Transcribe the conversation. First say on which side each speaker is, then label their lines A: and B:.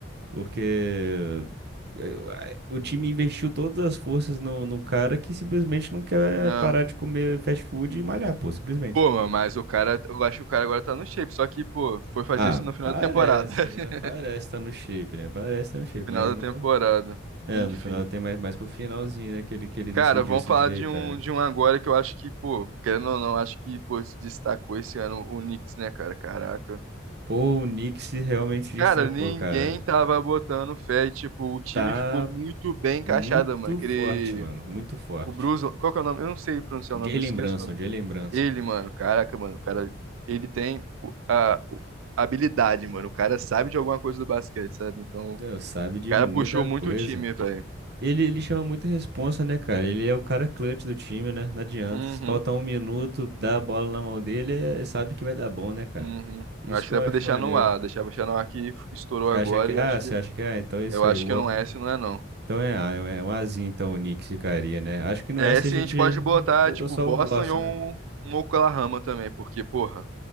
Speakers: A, on the right; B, on the right.
A: Porque eu- o time investiu todas as forças no, num cara que simplesmente não quer
B: né.
A: parar de comer fast food e malhar, pô, simplesmente.
B: Pô, mano, mas o cara, eu acho que o cara agora tá no shape, só que, pô, foi fazer
A: Ah,
B: isso no final
A: parece,
B: da temporada. <laughs>
A: né? Parece tá no shape, né? Parece tá no shape,
B: Final
A: mas
B: da
A: não.
B: temporada.
A: É,
B: Enfim.
A: no final tem mais, mais pro finalzinho, né? Que ele, que ele decidiu
B: Cara, vamos
A: se
B: falar
A: endireitar,
B: de um,
A: né?
B: de um agora que eu acho que, pô, querendo ou não, acho que, pô, se destacou esse ano o Knicks, né, cara? Caraca.
A: Pô, o Knicks se realmente
B: Cara,
A: destacou,
B: ninguém
A: cara.
B: tava botando fé e, tipo, o time
A: Tá
B: ficou muito bem
A: muito
B: encaixado, mano. Aquele.
A: forte, mano. Muito forte.
B: O Bruce. Qual que é o nome? Eu não sei pronunciar
A: Jalen
B: o nome, eu esqueço
A: Brunson,
B: o nome.
A: Jalen Brunson.
B: Ele, mano, caraca, mano, o cara, ele tem o- a, o- a habilidade, mano. O cara sabe de alguma coisa do basquete, sabe? Então,
A: Deus,
B: o
A: sabe de
B: cara
A: muita
B: puxou muito
A: coisa.
B: o time, velho.
A: Ele, ele chama muita responsa, né, cara? Ele é o cara clutch do time, né? Não adianta.
B: Uhum,
A: Se faltar um minuto, dá a bola na mão dele, é- é, sabe que vai dar bom, né, cara?
B: uhum.
A: Isso
B: Eu acho
A: que
B: que dá
A: eu acho
B: pra deixar
A: maneiro.
B: no ar, deixar, deixar no ar que estourou
A: Você
B: agora
A: acha que é
B: e acho
A: A? Você
B: que
A: acha que é A? Então é isso
B: eu acho
A: aí. boa.
B: que não é esse, não é não.
A: Então é A, é um é um Azinho, então o Knicks ficaria, né? Acho que no
B: É
A: S
B: esse
A: a gente
B: a gente pode botar
A: botou
B: tipo
A: só
B: Boston
A: o Boston,
B: e um,
A: né?
B: um Oklahoma também, porque porra,